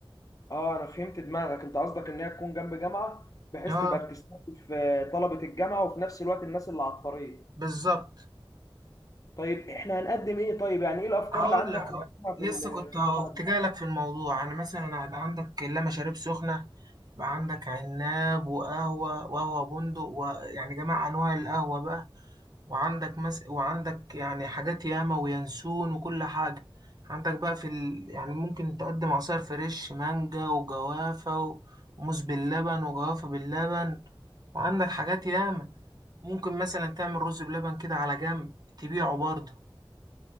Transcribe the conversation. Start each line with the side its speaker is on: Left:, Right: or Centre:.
Left: اه انا فهمت دماغك انت قصدك انها تكون جنب جامعه بحيث
Right: اه
Left: تبقى بتستهدف آه، طلبه الجامعه وفي نفس الوقت الناس اللي على الطريق
Right: بالظبط
Left: طيب احنا هنقدم ايه طيب يعني ايه الافكار
Right: هقول
Left: اللي عندك
Right: لك اهو
Left: نقدمها
Right: لسه
Left: في ال-
Right: كنت
Left: في
Right: اهو
Left: البتاع
Right: كنت جاي لك في الموضوع انا مثلا هيبقى عندك لا مشاريب سخنه يبقى عندك عناب وقهوه وقهوه بندق ويعني جميع انواع القهوه بقى وعندك مس... وعندك يعني حاجات ياما وينسون وكل حاجه عندك بقى في ال... يعني ممكن تقدم عصير فريش مانجا وجوافه و- وموز باللبن وجوافه باللبن وعندك حاجات ياما ممكن مثلا تعمل رز بلبن كده على جنب تبيعه برضه